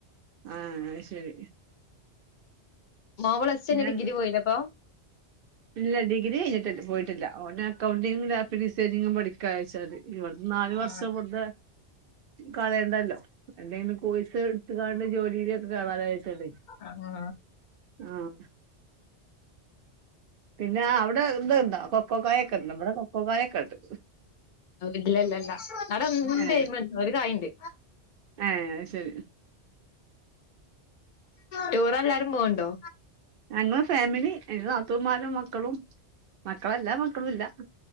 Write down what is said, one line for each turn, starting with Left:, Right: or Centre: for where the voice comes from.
Right: ആഹ് ശരി
Left: <unintelligible> പ്ലസ് ടു കയിഞ്ഞു
Right: ഞാൻ
Left: ഡിഗ്രി പോയതാ അപ്പൊ
Right: ഇല്ല ഡിഗ്രി കഴിഞ്ഞിട്ടു പോയിട്ടില്ല ഓന് അക്കൗണ്ടിംഗും ഗ്രാഫ്റ്റിഗ് ഡിസൈനിങ്ങും പഠിക്കാച്ചാൽത് ഇവിടുന്ന് നാലു വർഷം
Left: ആഹ്
Right: വെറതെ കളയണ്ടല്ലോ എന്തെങ്കിലും കോഴ്സ് ട്ത്ത്കാണ്ട് ജോലിയിലൊക്കെ കേറാലോ വെച്ചണ്ട്
Left: ആഹ്
Right: ആഹ് പിന്നെ അവിടെ ത്ണ്ടോ കൊക്കോക്കായൊക്കെ ഉണ്ടോ വടെ കൊക്കോക്കായൊക്കെ ഉണ്ട്
Left: ഇല്ല ഇല്ല ഇല്ല ഔടണ്ട്
Right: ഏഹ്
Left: ഒരു കായണ്ട്
Right: ഏഹ് ശരി
Left: ടൂർല്ലാരും പോവണ്ടോ
Right: ഞങ്ങള് ഫാമിലി ന്റെ നാത്തൂന്മാരും മക്കളും മക്കളെല്ലാ മക്കളും ഇല്ല